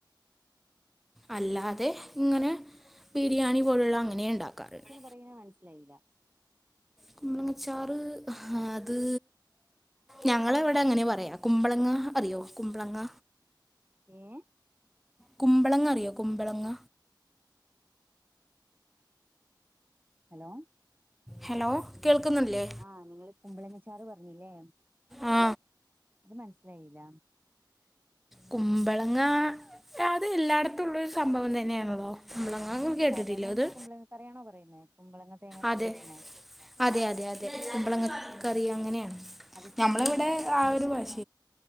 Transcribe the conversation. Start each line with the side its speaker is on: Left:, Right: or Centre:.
Centre: അല്ലാതെ ഇങ്ങനെ ബിരിയാണി പോലുള്ള അങ്ങനെ ഇണ്ടാക്കാറുണ്ട്
Right: അത് എങ്ങനെ മനസ്സിലായില്ല
Centre: കുമ്പളങ്ങ ചാറ് അത് ഞങ്ങള് ഇവടെ അങ്ങനെ പറയാ കുമ്പളങ്ങ അറിയോ കുമ്പളങ്ങ
Right: ഏഹ്
Centre: കുമ്പളങ്ങ അറിയോ കുമ്പളങ്ങ
Right: ഹലോ
Centre: ഹലോ കേൾക്കുന്നില്ലേ
Right: ആഹ് നിങ്ങള് കുമ്പളങ്ങ ചാറ് പറഞ്ഞില്ലേ
Centre: ആ
Right: അത് മനസ്സിലായില്ല
Centre: കുമ്പളങ്ങ അത് എല്ലായിടത്തും ഉള്ളരു സംഭവം തന്നെയാണല്ലോ കുമ്പളങ്ങ കേട്ടിട്ടില്ലേ
Right: സാധാരണ നമ്മള്
Centre: അത്
Right: കുമ്പളങ്ങ കറിയണോ പറയുന്നേ കുമ്പളങ്ങ തേങ്ങ അരച്ചിട്ട്
Centre: അതെ
Right: വെക്കുന്നേ
Centre: അതെ അതെ അതെ കുമ്പളങ്ങ കറി അങ്ങനെയാണ്
Right: അത് സ്പെഷ്യൽ
Centre: ഞമ്മളവിടെ
Right: ആണോ അവിടേക്ക്
Centre: ആ ഒരു ഭാഷ